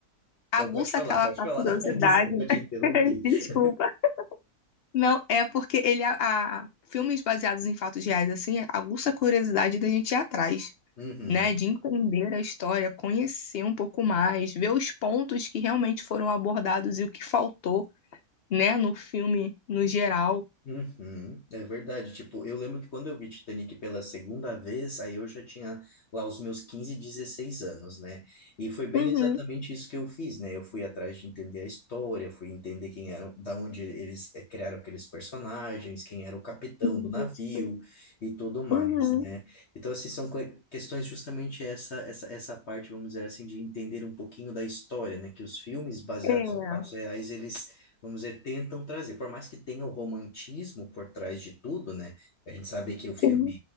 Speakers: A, on the left; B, on the left.
A: aguça
B: Pode falar,
A: aquela
B: pode
A: a
B: falar.
A: curiosidade.
B: <laughs> Desculpa,
A: né?
B: eu te interrompi.
A: <laughs> Desculpa. Não, é porque ele a, a- filmes baseados em fatos reais assim aguça a curiosidade da gente ir atrás.
B: Uhum.
A: né, de entender a história, conhecer um pouco mais, ver os pontos que realmente foram abordados e o que faltou, né, no filme no geral.
B: Uhum, é verdade, tipo, eu lembro que quando eu vi Titanic pela segunda vez, aí eu já tinha lá os meus quinze dezesseis anos, né? E foi bem
A: Uhum.
B: exatamente isso que eu fiz, né? Eu fui atrás de entender a história, fui entender quem eram, da onde eles eh, criaram aqueles personagens, quem era o capitão
A: Isso.
B: do navio e tudo mais,
A: Uhum.
B: né? Então, assim, são que- questões justamente essa, essa, essa parte, vamos dizer assim, de entender um pouquinho da história, né? Que os filmes baseados
A: É,
B: em fatos reais, eles vamos dizer, tentam trazer. Por mais que tenha o romantismo por trás de tudo, né? A gente sabe que o filme,
A: sim.